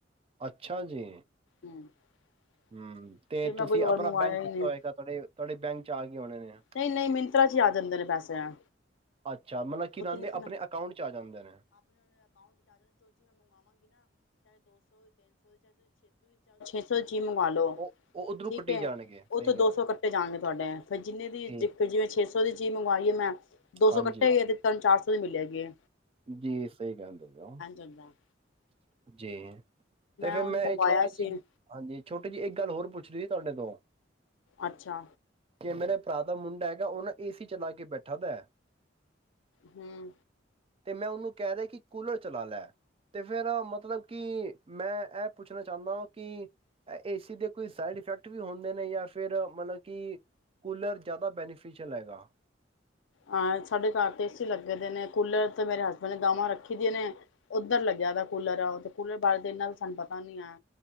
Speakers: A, on the right; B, on the left.
A: ਅੱਛਾ ਜੀ।
B: <inaudible>
A: ਹਮ ਤੇ
B: ਫਿਰ ਮੈਂ
A: ਤੁਸੀਂ
B: ਕੁਝ ਹੋਰ
A: ਆਪਣਾ
B: ਮੰਗਵਾਇਆ
A: ਬੈਂਕ ਦਿੱਤਾ
B: ਹੀ ਨਹੀਂ
A: ਹੋਏਗਾ। ਤੁਹਾਡੇ ਤੁਹਾਡੇ ਬੈਂਕ ਚ ਆ। ਗਏ ਹੋਣੇ ਨੇ
B: ਨਹੀਂ, ਨਹੀਂ। ਮਿੰਤਰਾ ਚ ਹੀ ਆ ਜਾਂਦੇ ਨੇ ਪੈਸੇ।
A: ਅੱਛਾ ਮਤਲਬ ਕੀ
B: ਛੇਹ
A: ਲਾਂਦੇ
B: ਚਛੇ
A: ਆਪਣੇ ਅਕਾਊਂਟ ਚ ਆ ਜਾਂਦੇ ਨੇ
B: ਸੌ ਕੀ ਮੰਗਾ ਲਓ
A: ਉਹ ਉਹ ਉੱਧਰੋਂ
B: ਠੀਕ
A: ਕੱਟੀ
B: ਹ
A: ਜਾਣਗੇ
B: ਉਹ
A: ਸਹੀ
B: ਤੋਂ
A: ਕਹਿ
B: ਦੋਸੋ
A: ਰਹੇ ਹੋ।
B: ਕੱਟੇ ਜਾਣਗੇ ਤੁਹਾਡੇ ਚੀਜ਼
A: ਠੀਕ,
B: ਜਿਵੇਂ ਸ਼ੇਸੋ ਦੀ ਉਹਦੀ ਚੀਜ਼ ਮੰਗਵਾਈਏ ਮੈਂ ਦੋ ਸੌ
A: ਹਾਂਜੀ,
B: ਕੱਟੇ ਹੋਏ ਤੇ ਤਿੰਨ ਚਾਰ ਸੌ ਮਿਲ ਜਾਵੇਗੀ
A: ਜੀ ਸਹੀ ਕਹਿਣਦੇ ਪ ਹੋ
B: ਹੁੰਦਾ
A: ਜੀ ਤੇ ਫਿਰ
B: ਹੁਣ
A: ਮੈਂ
B: ਮੰਗਵਾਇਆ
A: ਇਹ ਛੋਟੀ ਜਿਹੀ
B: ਸੀ
A: ਹਾਂਜੀ ਛੋਟੀ ਜਿਹੀ ਇੱਕ ਗੱਲ ਹੋਰ ਪੁੱਛ ਸੀ ਤੁਹਾਡੇ ਤੋਂ
B: ਅੱਛਾ
A: ਜ ਮੇਰੇ ਭਰਾ ਦਾ ਮੁੰਡਾ ਹੈਗਾ ਉਹ ਨਾ ਏ ਸੀ ਚਲਾ ਕੇ ਬੈਠਾ ਦਾ ਹੈ
B: ਹਮ
A: ਤੇ ਮੈਂ ਉਹਨੂੰ ਕਹਿ ਦਾ ਕਿ ਕੂਲਰ ਚਲਾ ਲੈ ਤੇ ਫੇਰ ਮਤਲਬ ਕਿ ਮੈਂ ਇਹ ਪੁੱਛਣਾ ਚਾਹੁੰਦਾ ਕਿ ਏ ਸੀ ਦੇ ਕੋਈ ਸਾਈਡ ਇਫੈਕਟ ਵੀ ਹੁੰਦੇ ਨੇ ਜਾਂ ਫਿਰ ਮਤਲਬ ਕਿ ਕੂਲਰ ਜ਼ਿਆਦਾ ਬੈਨੀਫਿਸ਼ਅਲ ਹੈਗਾ
B: ਹਾਂ ਸਾਡੇ ਘਰ ਤੇ ਇਸਏ ਸੀ ਲੱਗੇ ਦੇ ਨੇ ਕੂਲਰ ਤੇ ਮੇਰੇ ਹਸਬੈਂਡ ਨੇ ਗਾਵਾਂ ਰੱਖੀ ਦੀਆਂ ਨੇ ਉੱਧਰ ਲੱਗਿਆ ਦਾ ਕੂਲਰ ਆ ਉਹ ਤੇ ਕੂਲਰ ਬਾਰੇ ਇਨਾ ਦਾ ਸਾਨੂੰ ਪਤਾ ਨੀ ਆ